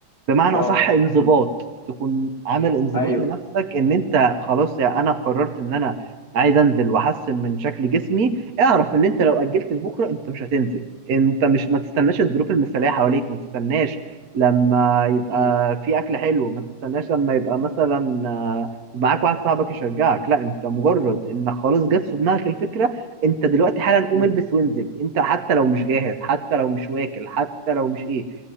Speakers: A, on the right (about 55°); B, on the left (about 25°).
A: بمعنى
B: اه
A: اصح انضباط
B: مم.
A: تكون عامل انضباط
B: ايوه
A: لنفسك ان انت خلاص يا انا قررت ان انا عايز انزل واحسن من شكل جسمي اعرف ان انت لو اجلت لبكره انت مش هتنزل انت مش ما تستناش الظروف المثاليه حواليك ما تستناش لما يبقى
B: مم.
A: في اكل حلو ما تستناش لما يبقى مثلا آه، معاك واحد صاحبك يشجعك لا انت مجرد انك خلاص جت في دماغك الفكره انت دلوقتي حالا قوم
B: مم.
A: البس وانزل انت حتى لو مش جاهز حتى لو مش واكل حتى لو مش ايه